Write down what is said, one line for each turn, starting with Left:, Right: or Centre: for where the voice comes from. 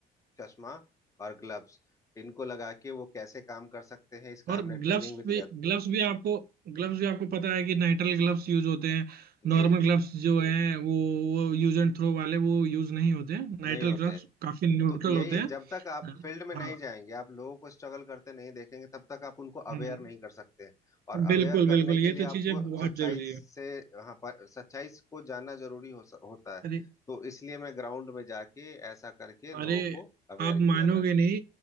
Left: चश्मा और ग्लव्स इनको लगा के वो कैसे काम कर सकते हैं इसका
Right: और
Left: हमने ट्रेनिंग
Right: ग्लव्स
Left: भी दिया
Right: भी
Left: था
Right: ग्लव्स भी आपको ग्लव्स भी आपको पता है कि नाइट्रिल ग्लव्स यूज होते हैं
Left: जी
Right: नॉर्मल ग्लव्स जो हैं वो वो यूज एंड थ्रो वाले वो यूज नहीं होते हैं नाइट्रिल
Left: नहीं होते
Right: ग्लव्स काफी न्यूट्रल
Left: तो यही
Right: होते
Left: है
Right: हैं
Left: जब तक आप फील्ड में नहीं
Right: हाँ
Left: जाएंगे आप लोगों को स्ट्रगल करते नहीं देखेंगे तब तक आप उनको
Right: हम्म,
Left: अवेयर नहीं कर सकते हैं और
Right: बिल्कुल
Left: अवेयर करने
Right: बिल्कुल
Left: के
Right: ये
Left: लिए
Right: तो
Left: आपको
Right: चीजें बहुत
Left: सच्चाई
Right: जरूरी
Left: से
Right: है
Left: हाँ पर सच्चाई को जानना जरूरी हो, स- होता है
Right: अरे
Left: तो इसलिए मैं ग्राउंड में जाके ऐसा करके लोगों
Right: अरे
Left: को अवेयर
Right: आप
Left: किया
Right: मानोगे
Left: मैंने
Right: नहीं